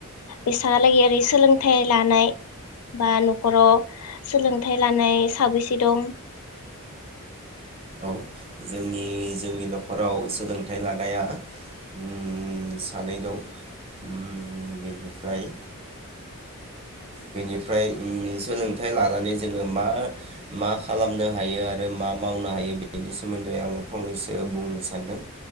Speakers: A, on the left; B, on the right.
A: बेसांयालागै ओरै सोलोंथाइ लानाय बा न'खराव सोलोंथाइ लानाय साबैसे दं?
B: औ जोंनि जोंनि न'खराव सोलोंथाइ लानाया उम सानै दं उम बेनिफ्राय बेनिफ्राय उम सोलोंथाइ लानानै जोङो मा मा खालामनो हायो आरो मा मावनो हायो बेनि सोमोन्दै आङो फंनैसो बुंनो सानदों।